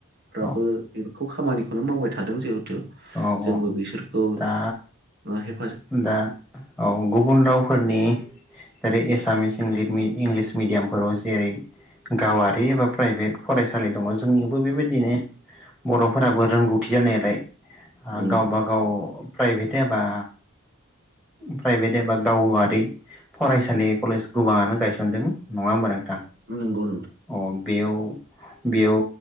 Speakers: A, on the right; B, in the centre.
A: फ्राबो
B: औ
A: खौ खामानिखौनो मावबाय थादों जिहेथु।
B: औ
A: जोंबो
B: औ
A: बिसोरखौ
B: दा
A: ओ हे
B: दा औ गुबुन रावफोरनि जेरै एस सामिस इंलिद इंलिस मिडियामफोराव जेरै गावारि एबा प्राइभेट फरायसालि दङ जोंनियावबो बेबायदिनो बर'फोराबो रोंगौथि जानायालाय आ
A: उम
B: गावबा गाव प्राइभेट एबा प्राइभेट एबा गावआरि फरायसालि कलेज गोबाङानो गायसनदों नङा होनबा नोंथां?
A: नोंगौ।
B: अ बेयाव बेयाव